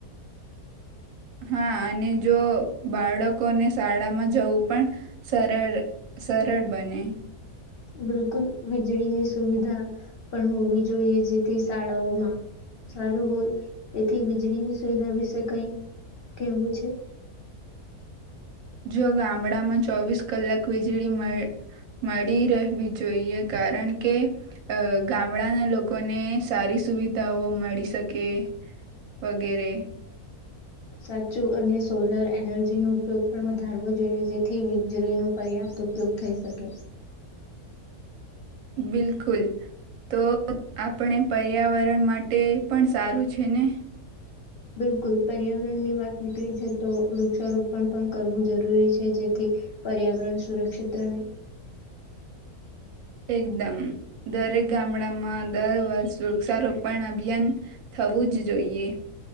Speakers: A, on the right; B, on the left.
A: હા અને જો બાળકોને શાળામાં જવું પણ સરળ સરળ બને.
B: બિલકુલ વીજળીની સુવિધા પણ હોવી જોઈએ જેથી શાળાઓમાં સારું હોય તેથી વીજળીની સુવિધા વિશે કંઈ કેવું છે.
A: જો ગામડામાં ચોવીસ કલાક વીજળી મળ મળી રહેવી જોઈએ કારણ કે અ ગામડાના લોકોને સારી સુવિધાઓ મળી શકે વગેરે.
B: સાચું અને સોલર એનર્જીનો ઉપયોગ પણ વધારવો જોઈએ જેથી વીજળીનો પર્યાપ્ત ઉપયોગ થઈ શકે.
A: બિલકુલ તો આપણે પર્યાવરણ માટે પણ સારું છે ને?
B: બિલકુલ પર્યાવરણની વાત નીકળી છે તો વૃક્ષારોપણ પણ કરવું જરૂરી છે જેથી પર્યાવરણ સુરક્ષિત રહે.
A: એકદમ દરેક ગામડામાં દર વર્ષ વૃક્ષારોપણ અભિયાન થવું જ જોઈએ.